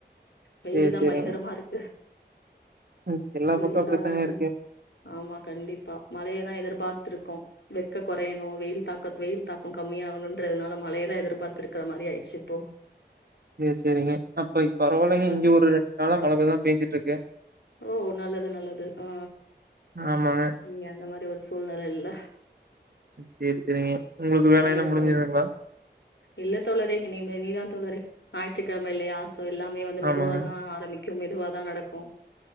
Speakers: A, on the left (about 85°); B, on the right (about 60°).
A: வெயில்தா
B: சேரி சேரிங்க
A: பயங்குறமா அருக்கு
B: ம் எல்லா
A: வெயில்
B: பக்கம் அப்டித்தாங்க
A: காலம் முடுஞ்
B: இருக்கு
A: ஆமா கண்டிப்பா மழை எல்லா எதுர் பாக் ட்ருக்கோ வெக்க கொறையணு வெயில் தாக்கத் வெயில் தாக்கோ கம்மி ஆகணுன்றதுனால மழையதா எதுர் பாத்துருக்குற மாரி ஆயிருச்சு இப்போ
B: சேர் சேரிங்க அப்பை பரவால்லைங்க
A: கண்டிப்பா
B: இங்கு
A: தோழர்
B: ஒரு ரெண் நாளா மழயேதா பேஞ்சுட்ருக்கு
A: ஓ நல்லது நல்லது ஆ
B: ஆமாங்க
A: நீங்க அந்த மாரி ஒர் சூழ்நெலைல்ல
B: சேரி சேரிங்க உங்களுக்கு வேலையெல்லா
A: நல்லது
B: முடிஞ்சதுங்களா
A: தோழரே இல்ல தோழரே இனிமே நீதா தோழரே ஞாற்றுக்கிழமை இல்லையாஸ் சோ எல்லாமே வந்து மெதுவாதா
B: ஆமாங்க
A: ஆரம்பிக் க்கு மெதுவாதா நடக்கு